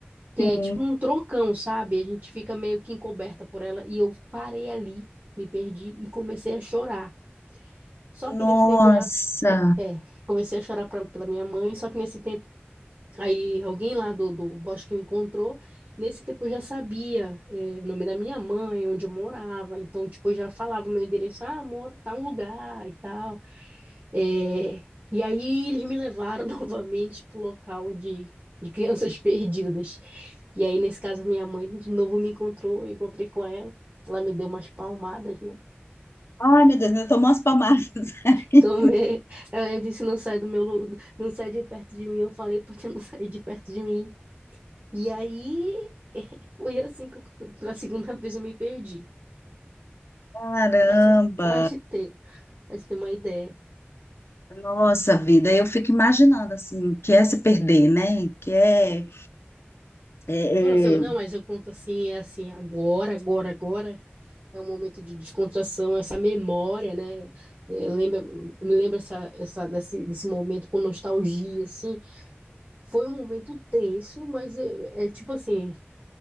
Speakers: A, on the right; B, on the left.
A: que
B: Sim.
A: é tipo um troncão, sabe? A gente fica meio que encoberta por ela. E eu parei ali, me perdi e comecei a chorar. Só que
B: Nossa.
A: nesse tempo eu já. É, é, comecei a chorar pra, pela minha mãe, só que nesse tempo Aí alguém lá do, do bosque me encontrou. Nesse tempo eu já sabia eh, o nome da minha mãe, onde eu morava. Então, tipo, eu já falava o meu endereço. Ah, moro tal lugar e tal. Eh, e aí eles me levaram <laughs> novamente pro local de, de crianças <laughs> perdidas. E aí, nesse caso, minha mãe de novo me encontrou, eu encontrei com ela. Ela me deu umas palmadas, né?
B: Ai, meu Deus, eu tomou umas palmadas <laughs> aí.
A: Então, <laughs> eh, ela disse, não sai do meu, lu- não sai de perto de mim. Eu falei, pra ti não sair de perto de mim. E aí <laughs> foi assim que eu- pela segunda vez eu me perdi. <laughs>
B: Caramba.
A: Pra te, pra te ter, pra te ter uma ideia.
B: Nossa vida, eu fico imaginando assim, o que é se perder, né? Que é, é,
A: Nossa, eu
B: é
A: não, mas eu conto assim, é assim, agora, agora, agora é um momento de descontração, essa memória, né? É, lembra, me lembra essa, essa, desse, desse momento com nostalgia, assim. Foi um momento tenso, mas é, é tipo assim,